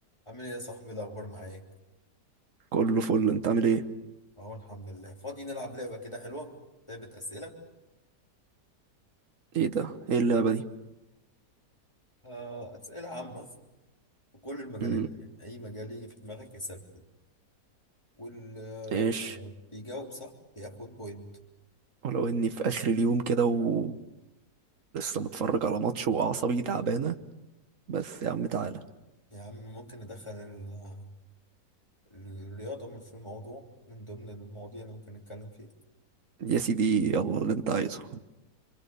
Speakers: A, on the left; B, on the right.
A: عامل ايه يا صاحبي إيه الاخبار معاك
B: كله فل انت عامل ايه
A: اهو الحمد لله فاضي نلعب لعبه كده حلوه لعبه اسئله
B: ايه ده ايه اللعبة دي
A: آه اسئله عامه في كل المجالات
B: امم
A: يعني اي مجال يجي في دماغك اسال فيه واللي
B: ايش
A: بيجاوب صح بياخد بوينت
B: ولو اني في اخر اليوم كده ولسه متفرج على ماتش واعصابي تعبانة بس يا عم تعالى
A: يا عم ممكن ندخل ال- الرياضه من في الموضوع من ضمن المواضيع اللي ممكن نتكلم فيها
B: يا سيدي يلا اللي انت عايزه